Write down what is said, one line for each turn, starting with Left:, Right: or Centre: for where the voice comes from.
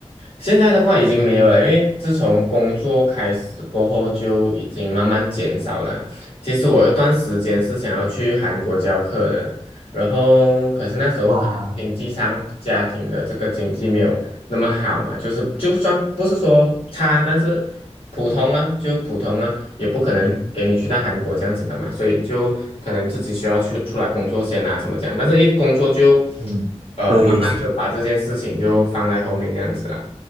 Left: 现在的话已经没有了，因为自从工作开始过后就已经慢慢减少了。其实我有一段时间是想要去韩国教课的，然后可是那时候可能经济上家庭的这个经济没有那么好嘛，
Right: 哇，
Left: 就是就算不是说差，但是普通了就普通了，也不可能给你去到韩国这样子的嘛，所以就可能自己需要去出来工作先啊什么这样，但是一工作就
Right: 嗯，
Left: 呃慢慢嗯就把这件事情就放在后面这样子啊。
Right: 对，